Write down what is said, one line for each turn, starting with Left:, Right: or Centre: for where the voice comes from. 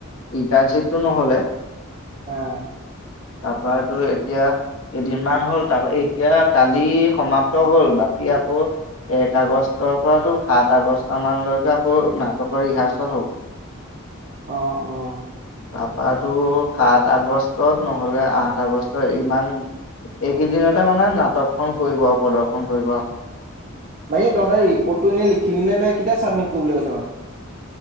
Left: ইন্টাৰ্নশিপটো নহ'লে
Right: আহ।
Left: তাৰপা তোৰ এতিয়া কেইদিনমান হ'ল তাৰপ এতিয়া কালি সমাপ্ত হ'ল বাকী আকৌ এক আগষ্টৰ পৰাতো সাত আগষ্ট মানলৈকে আকৌ নাটকৰ ৰিহাৰ্চেল হ'ব। <inaudible>
Right: আহ অ'।
Left: তাপা তোৰ সাত আগষ্টত নহ'লে আঠ আগষ্ট ইমান এইকেইদিনতে মানে নাটকখন কৰিব আৰু, প্ৰদৰ্শন কৰিব
Right: বাকী তহঁতে ৰিপৰ্টো এনে লিখিলি নে নাই? কেতিয়া চাবমিট কৰিবলৈ কৈছে বাৰু?